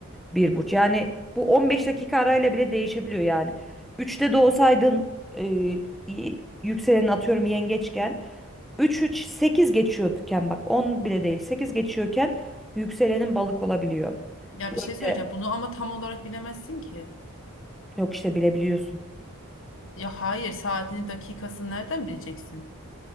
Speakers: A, in the centre; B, on the left (about 60°).
A: bir burç. Yani bu 15 dakika arayla bile değişebiliyor yani. üçte doğsaydın e, y- yükselenin atıyorum yengeçken üç üç sekiz geçiyorken bak 10 bile değil 8 geçiyorken yükselenin balık olabiliyor.
B: Ya bir
A: Böyle
B: şey söyleyeceğim. Bunu ama tam olarak bilemezsin ki.
A: Yok işte bilebiliyorsun.
B: Ya hayır, saatini, dakikasını nereden bileceksin?